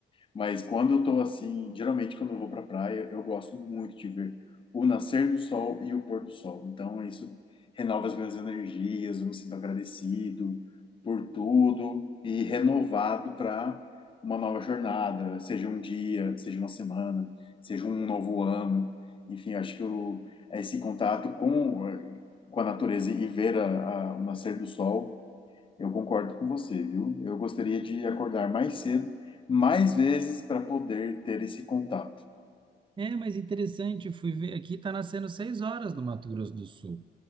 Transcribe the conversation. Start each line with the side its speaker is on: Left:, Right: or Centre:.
Left: Mas quando eu tô assim, geralmente quando eu vou pra praia, eu gosto muito de ver o nascer do sol e o pôr do sol. Então isso renova as minhas energias, eu me sinto agradecido por tudo e renovado para uma nova jornada, seja um dia, seja uma semana, seja um novo ano. Enfim, acho que eu, esse contato com, eh, com a natureza e ver a, a, o nascer do sol eu concordo com você, viu? Eu gostaria de acordar mais cedo, mais vezes, para poder ter esse contato.
Right: É, mas interessante, fui ver aqui, está nascendo seis horas no Mato Grosso do Sul.